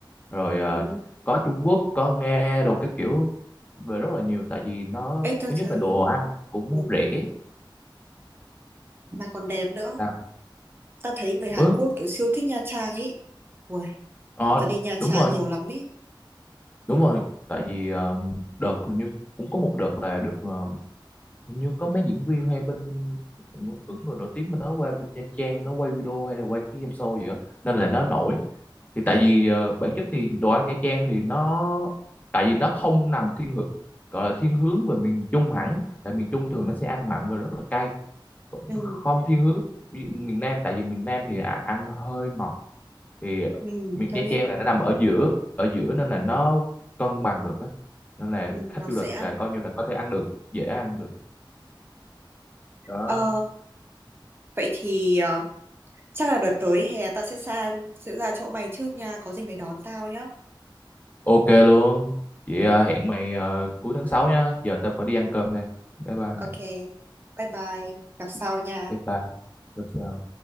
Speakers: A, on the left; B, on the right.
A: rồi ờ,
B: Ừ.
A: có Trung Quốc có Nga đồ các kiểu về rất là nhiều tại vì nó
B: Ê tao
A: thứ nhất
B: thấy
A: là đồ ăn cũng
B: ừ,
A: rẻ
B: mà còn đẹp nữa
A: Sao?
B: tao thấy người Hàn
A: ừ,
B: Quốc kiểu siêu thích Nha Trang ấy Ui,
A: ờ,
B: người ta đi Nha
A: đúng
B: Trang
A: rồi
B: nhiều lắm ấy
A: đúng rồi tại vì ờ, đợt hình như cũng có một đợt là được ờ, hình như có mấy diễn viên hay bên những người nổi tiếng bên đó qua bên Nha Trang nó quay video hay là quay cái game show gì đó nên là nó nổi thì tại
B: ừ
A: vì ờ, bản chất thì đồ ăn Nha Trang thì nó tại vì nó không nằm thiên hướng gọi là thiên hướng về miền Trung hẳn tại miền Trung thường nó sẽ ăn mặn và rất là cay Còn
B: ừ
A: không thiên hướng ví dụ miền Nam tại vì miền Nam thì à- ăn hơi ngọt thì
B: ừ
A: Mi- Nha
B: tao biết
A: Trang là nó nằm ở giữa ở giữa nên là nó cân bằng được á nên là
B: ừ,
A: khách
B: nó
A: du
B: dễ
A: lịch
B: ăn
A: là coi như là có thể ăn được dễ ăn được đó
B: ờ, vậy thì ờ, chắc là đợt tới hè tao sẽ sang sẽ ra chỗ mày trước nha có gì mày đón tao nhá
A: ok luôn chị ờ, hẹn mày ờ, cuối tháng 6 nhá giờ tao phải đi ăn cơm nè bye bye mày
B: ok bye bye gặp sau nha
A: bye bye gặp sau